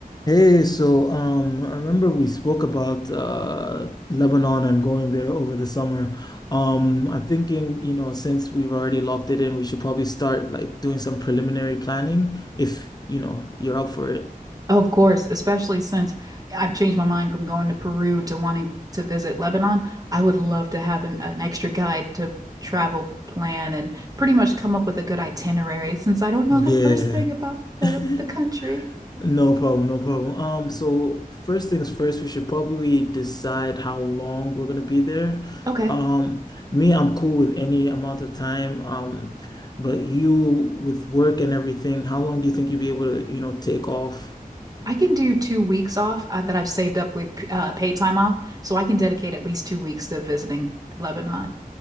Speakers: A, on the left; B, on the right.
A: Hey, so um, I remember we spoke about uh, Lebanon and going there over the summer. Um, I'm thinking, you know, since we've already locked it in, we should probably start like doing some preliminary planning if, you know, you're up for it.
B: Oh, of course, especially since I've changed my mind from going to Peru to wanting to visit Lebanon. I would love to have an, an extra guide to travel plan and pretty much come up with a good itinerary since I don't know
A: Yeah.
B: the first thing about the,
A: <laughs>
B: the country.
A: No problem, no problem. Um, so first things first, we should probably decide how long we're gonna be there.
B: Okay,
A: Um, me, I'm cool with any amount of time. Um, but you with work and everything, how long do you think you'll be able to, you know, take off?
B: I can do two weeks off uh, that I've saved up with uh, paid time off, so I can dedicate at least two weeks to visiting Lebanon.